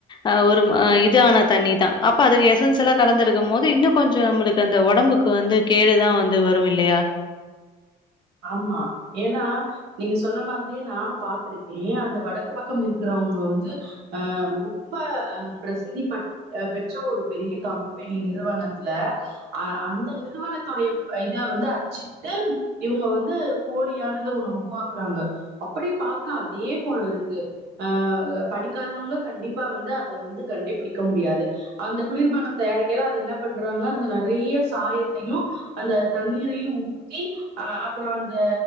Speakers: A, on the left (about 25°); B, on the right (about 75°).
A: அ ஒரு இதான தண்ணிதான் அப்ப அதுக்கு எசன்ஸ் எல்லா கலந்துருக்கு போது இன்னு கொஞ்ச நம்மளுக்கு அந்த ஒடம்புக்கு வந்து கேடுதா வந்து வரும் இல்லையா
B: ஆமா ஏன்னா நீங்க சொன்ன மாதிரியே நானும் பாார்த்திருக்கே அந்த வடக்கு பக்க இருக்கிறவங்க வந்து அ ரொம்ப அ பிரசித்தி ப பெற்ற ஒரு பெரிய கம்பெனி நிறுவனத்துல அ அந்த நிறுவனத்துடைய இத வந்து அச்சிட்டு இவங்க வந்து போலியானத ஒண்ண உருவாக்குறாங்க அப்டியே பாக்க அதே போல இருக்கு ஆ படிக்காதவங்க கண்டிப்பா வந்து அத வந்து கண்டே பிடிக்க முடியாது அந்த குளிர்பானம் தயாரிக்கைல அது என்ன பண்றாங்க அந்த நறைய சாயத்தையு அந்த தண்ணீரையு ஊத்தி அ அப்புற அந்த